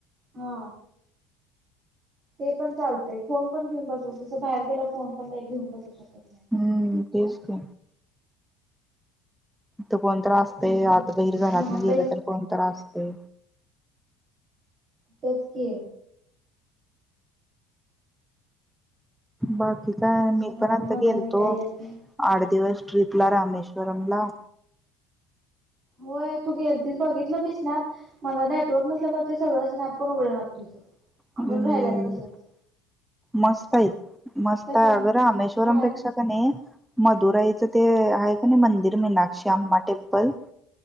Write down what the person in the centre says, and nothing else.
हम्म तेच की कोण तरी असतय
आता बहिर घरातन
गेलं
तर कोण तरी असतय.
बाकी काय
मी पण आता
गेलतो
आठ दिवस ट्रिपला रामेश्ववरमला
हम्म
मस्त आहेत मस्त
आहे अग रामेश्वरमपेक्षा
कनय म दुराईचं ते आहे का नाय मंदिर मीनाक्षी अम्मा टेम्पल